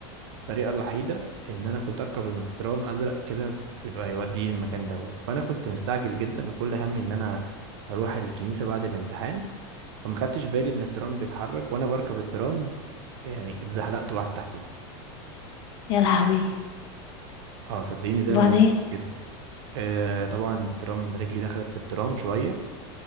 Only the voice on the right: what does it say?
الوحيده ان انا كنت اركب المترام ازرق كده بيبقى يوديني المكان دوت فانا كنت مستعجل جدا وكل همي ان انا اروح الكنيسه بعد الامتحان فما خدتش بالي ان الترام بيتحرك وانا بركب الترام يعني اتزحلقت وقعدت تحتيه
اه صدقيني زي
ما بقول كده آه طبعا الترام رجلي دخلت في الترام شويه